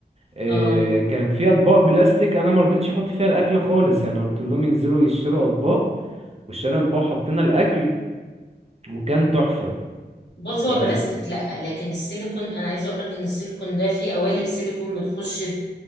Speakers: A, on the right (about 35°); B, on the left (about 80°).
A: آه،
B: اه
A: كان في اطباق بلاستيك انا ما رضيتش احط فيها الاكل خالص يعني قلت لهم ينزلوا يشتروا اطباق واشترينا اطباق حطينا الاكل وكان تحفة
B: بص هو
A: فاهم
B: البلاستيك لا لكن السيليكون انا عايزه اقول لك ان السيليكون ده فيه قوالب سيليكون بتخش